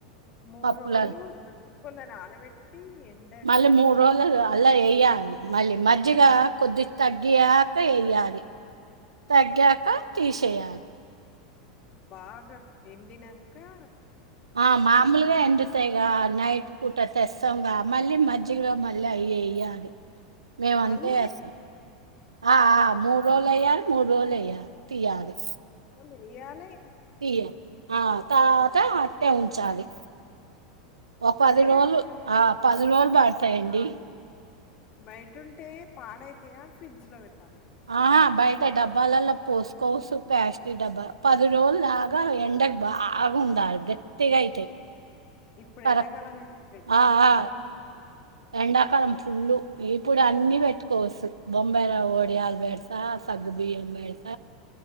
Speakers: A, on the left; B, on the right.
A: మూర్
B: పప్పులలో
A: రోలు దొడ్డు ఉప్పులా నానవెట్టి ఎన్
B: మళ్ళా మూర్ రోలలో అలా ఏయాలి. మ అల్లీ మజ్జిగ కొద్దిగ్ తగ్గియాక ఏయాలి. తగ్గాక తీచేయాల్
A: బాగాక్ ఎండినకా
B: ఆ మాములుగా ఎండుతైగా నైట్ పూట తేసంగా మళ్ళీ మజ్జిగలో మళ్ళీ అయ్ ఏయాలి. మేము
A: మళ్ళీ
B: అంతే ఏసాం ఆ ఆ మూర్ రోలు ఏయాలి, మూర్ రోలు ఏయల్ తీయాది.
A: వేయాలే
B: తీయా ఆ తరవాత అట్టనే ఉంచాలి. ఓ
A: అంటే
B: పది రోలు
A: అవి బయట
B: ఆ పది రోలు బడతాయండి.
A: బట్టుంటే పాడైతయా ఫ్రిడ్జ్ లో వెట్
B: ఆహా బై త డబ్బాలలో పోసుకోవసు ప్యాస్టీ డబ్బా పది రోలు లాగా ఎండక్ బాగ్ ఉండా ఆర్ గట్టిగైతాయ్.
A: ఇప్పుడు
B: పర
A: ఎండాకాలం అయితే పెడ్
B: ఆ
A: మంచిగా
B: ఆ ఎడాకాలం ఫుల్ ఇప్పుడు అన్ని పెట్టుకోవచ్చు బొంబాయిరవ్వ వడియాలు పెడతా సగ్గు బియ్యం పెడ్